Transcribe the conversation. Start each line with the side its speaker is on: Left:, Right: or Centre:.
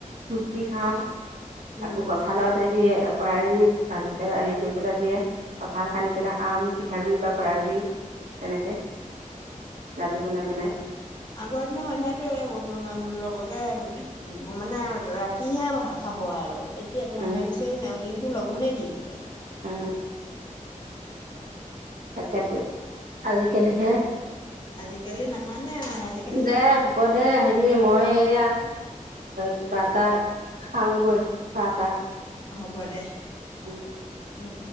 Right: ৰুটি খাওঁ
Left: উম
Right: আকৌ কঠালটে দিয়ে কৰাৰাই গুৰি ভাজি পেলাই হেৰি কৰি পেলাই দিয়ে কঠ খানি পেলাই খাওঁমি পিঠাগ গুৰি বা কৰাই ওম তেনেকে লাডু বনাই পেলাই
Left: আগৰ দিনৰ মানুহেতো এ উম উম লগকে মানে ৰাতিহে খাব আৰু এতিয়া
Right: উম
Left: হেৰিছে দিনতটো লঘোণে দি থাকে
Right: উ তাকেতো আজিকালিহে
Left: আজিকালি নামানে আজিকালি
Right: দে হ'ব দে হেৰি মই এইয়া কিবা এটা খাওঁগৈ চাহ তাহ
Left: হ' গ দে
Right: উম
Left: উম